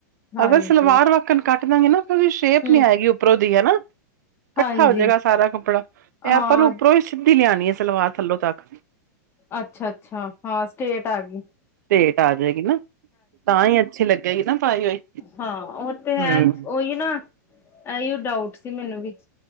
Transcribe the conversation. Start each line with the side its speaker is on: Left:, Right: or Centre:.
Left: ਹਾਂਜੀ
Right: ਅਗਰ ਸਲਵਾਰ ਵਾਕਣ ਕੱਟ ਦਾਂਗੇ ਨਾ ਉਹਦੀ ਸ਼ੇਪੀ
Left: ਹੂੰ
Right: ਹੈਗੀ ਉਪਰੋਂ ਦੀ ਹਨਾ ਇਕੱਠਾ
Left: ਹਾਂਜੀ
Right: ਹੋਜਏਗਾ ਸਾਰਾ ਕੱਪੜਾ ਇਹ ਆਪਾਂ
Left: ਹਾਂ
Right: ਨੂੰ ਉੱਪਰੋਂ ਹੀ ਸਿੱਧੀ ਲਿਆਉਣੀ ਹੈ ਸਲਵਾਰ ਥੱਲੋਂ ਤੱਕ
Left: ਅੱਛਾ ਅੱਛਾ ਹਾਂ ਸਟੇਟ ਆ ਗ਼ੀ
Right: <unintelligible> ਆ ਜਾਏਗੀ ਨਾ ਤਾਂ ਹੀ ਅੱਛੀ ਲੱਗੇਗੀ ਨਾ ਪਾਈ ਹੋਈ
Left: ਹਾਂ ਉਹ ਤੇ ਹੈ
Right: ਹਮ
Left: ਉਹੀ ਨਾ ਇਹੀਓ ਡਾਊਟ ਸੀ ਮੈਨੂੰ ਵੀ <inaudible>